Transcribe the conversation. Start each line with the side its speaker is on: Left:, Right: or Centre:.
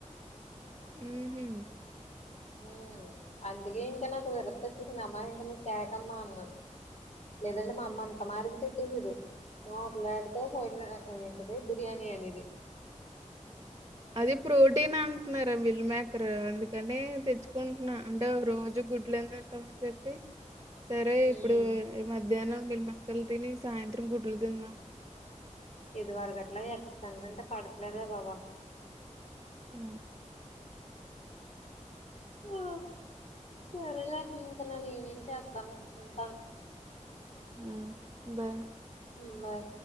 Right: ఉహు
Left: ఉ అందుకే ఇంకా నాకు విరక్త్ వచ్చేసింది, అమ్మా ఇంకా నువ్వు తేకమ్మా అన్నాను లేదంటే మా అమ్మ అంత మారికి తెచ్చేసిది. మాట్లాడితే సైడ్ ఏంటిది బిర్యానీ అనేది,
Right: అది ప్రోటీన్ అంటున్నారు మిల్ మేకర్ అందుకని తెచ్చుకుంటున్నా, అంటే రోజు గుడ్లుందిింటాంని చెప్పి సరే
Left: హ్మ్
Right: ఇప్పుడు మధ్యాహ్నం మిల్మేకల్ తిని సాయంత్రం గుడ్లు తిందాం,
Left: ఇది అరగట్లా ఎగ్స్ తింటంటే పడట్లేదే బాబు
Right: ఉ
Left: ఆ సరేలే ఇంకా నేను ఈవినింగ్ చేస్తాను ఉంటాను,
Right: ఉ బాయ్
Left: ఉ బాయ్